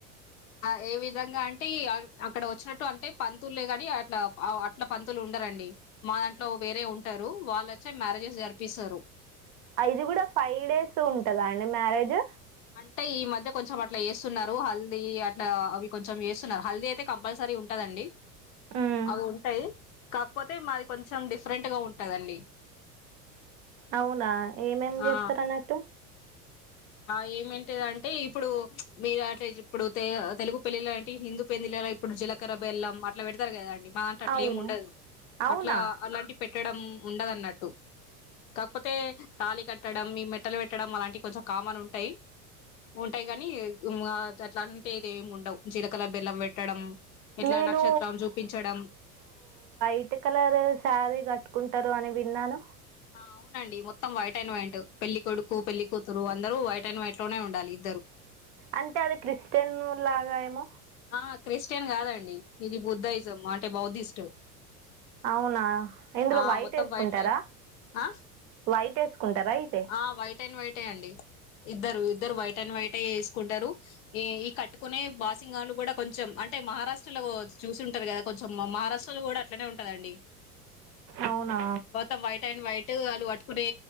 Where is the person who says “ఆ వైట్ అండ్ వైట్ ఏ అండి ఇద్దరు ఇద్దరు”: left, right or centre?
Left